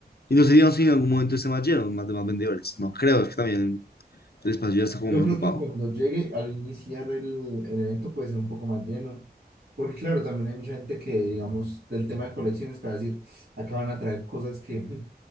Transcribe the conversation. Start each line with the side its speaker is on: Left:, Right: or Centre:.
Left: Y no sé digamos, si en algún momento se más lleno, más de más vendedores. No creo, es que también el espacio ya está como
Right: Yo
Left: muy
Right: creo
Left: ocupado.
Right: que cuando llegue al iniciar el, el evento puede ser un poco más lleno, porque claro, también hay mucha gente que, digamos, del tema de colecciones, para decir, acá van a traer cosas que <laughs> mm,